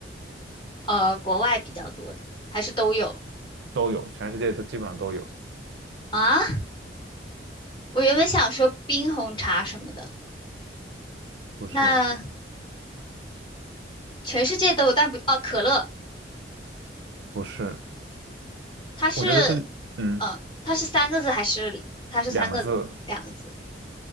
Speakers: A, on the left (about 25°); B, on the right (about 75°).
A: 呃国外比较多的，还是都有？
B: 都有，全世界都基本上都有，
A: 啊，我原本想说冰红茶什么的，
B: 不是，
A: 那全世界都有，但不，哦，可乐，
B: 不是，
A: 它是，
B: 我觉得这，嗯，
A: 呃，它是三个字还是它是三个两个字？
B: 两个字，